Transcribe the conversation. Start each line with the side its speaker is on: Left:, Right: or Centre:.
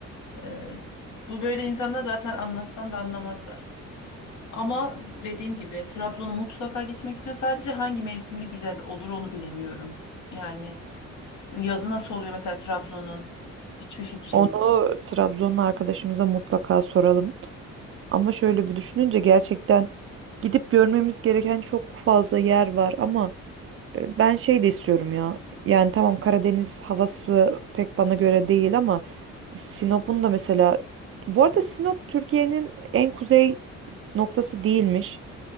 Left: Ee, bu böyle insanlar zaten anlatsan da anlamazlar. Ama dediğim gibi Trabzon'a mutlaka gitmek istiyorum. Sadece hangi mevsimde güzel olur onu bilemiyorum. Yani yazı nasıl oluyor mesela Trabzon'un? Hiçbir fikrim
Right: Onu
Left: yok.
Right: Trabzonlu arkadaşımıza mutlaka soralım. Ama şöyle bir düşününce gerçekten gidip görmemiz gereken çok fazla yer var ama E, Ben şey de istiyorum ya. Yani tamam Karadeniz havası pek bana göre değil ama Sinop'un da mesela bu arada Sinop Türkiye'nin en kuzey noktası değilmiş.